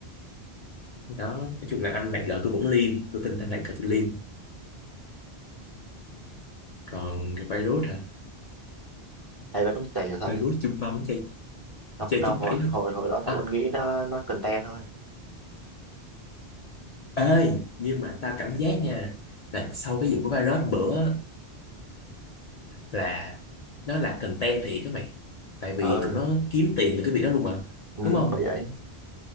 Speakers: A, on the left (about 55°); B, on the right (about 30°).
A: đó nói chung là anh bạn vợ tôi cũng liêm tôi tin anh bạn vợ tôi liêm còn cái virus hả
B: Hay vậy đúng chạy hiểu sao
A: virus
B: nha.
A: chung mâm chơi
B: Tao,
A: chơi
B: tao
A: chín
B: hồi,
A: bảy thôi
B: hồi hồi đó tao
A: à
B: vẫn nghĩ nó nó content thôi.
A: ê nhưng mà ta cảm giác nha là sau cái vụ của virus bữa là nó là content thiệt các mày tại
B: Ừ,
A: vì tụi nó kiếm tiền từ cái việc đó luôn mà
B: ừ
A: đúng không
B: bởi vậy.